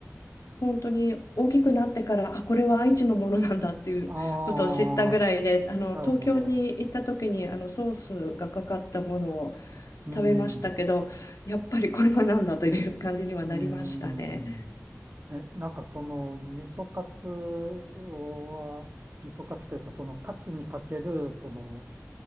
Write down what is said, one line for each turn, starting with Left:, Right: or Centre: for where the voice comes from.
Left: 本当に大きくなってからあこれは愛知のものなんだっていうことを知ったぐらいであの東京に行った時にあのソースがかかったものを
Right: ああ、なるほど。うーん、
Left: 食べましたけど、
Right: う
Left: やっぱりこれは何だという感じにはなりましたね。
Right: ーん。え、なんかその、味噌カツは、味噌カツというか、そのカツにかける、その、